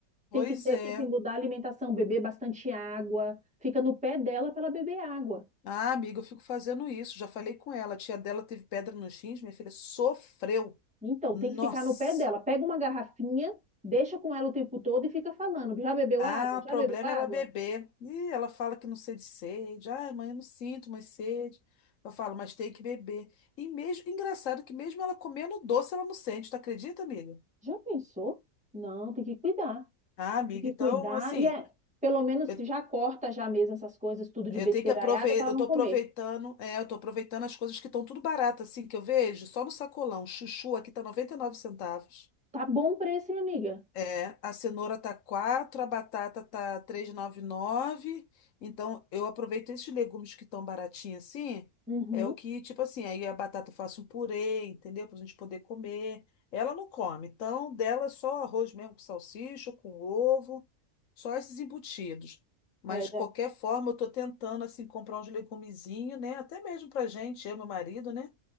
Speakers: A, on the left; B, in the centre.
A: pois
B: Tem que ter,
A: é.
B: tem que mudar a alimentação, beber bastante água. Fica no pé dela para ela beber água.
A: Ah, amiga, eu fico fazendo isso. Já falei com ela. A tia dela teve pedra nos rins, minha filha sofreu.
B: Então,
A: Nossa.
B: tem que ficar no pé dela. Pega uma garrafinha, deixa com ela o tempo todo e fica falando. Já bebeu água?
A: Ah, o
B: Já
A: problema
B: bebeu água?
A: é ela beber. Ih, ela fala que não sente sede. Ah, mãe, eu não sinto mais sede. Eu falo, mas tem que beber. E mesmo, engraçado que mesmo ela comendo doce, ela não sente, tu acredita, amiga?
B: Já pensou? Não, tem que cuidar.
A: Ah, amiga,
B: Tem que
A: então,
B: cuidar.
A: assim.
B: E é, pelo menos
A: eu
B: já corta já mesmo essas coisas, tudo de
A: Eu
B: besteiraiada
A: tenho que aproveitar,
B: para ela
A: eu
B: não
A: tô
B: comer.
A: aproveitando, é, eu tô aproveitando as coisas que estão tudo barato, assim, que eu vejo, só no sacolão. Chuchu aqui tá 99 centavos.
B: Tá bom preço, hein, amiga?
A: É, a cenoura tá quatro a batata tá três e noventa e nove Então, eu aproveito esses legumes que estão baratinhos assim.
B: Uhum.
A: É o que, tipo assim, aí a batata eu faço um purê, entendeu? Pra gente poder comer. Ela não come, então dela é só arroz mesmo com salsicha, com ovo, só esses embutidos. Mas
B: É, já.
A: de qualquer forma, eu tô tentando assim comprar uns legumezinhos, né? Até mesmo pra gente, eu e meu marido, né?